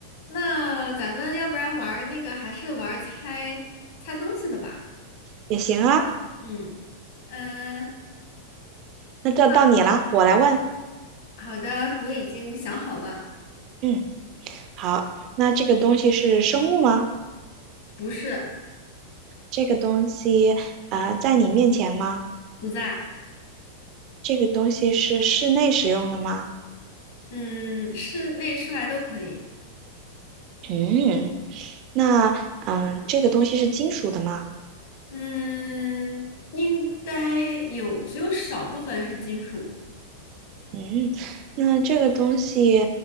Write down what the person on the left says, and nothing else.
那咱们要不然玩儿那个，还是玩儿猜猜东西的吧？
嗯嗯，
那
好的，我已经想好了，
不是，
不在，
嗯，室内室外都可以，
嗯，应该有，只有少部分是金属，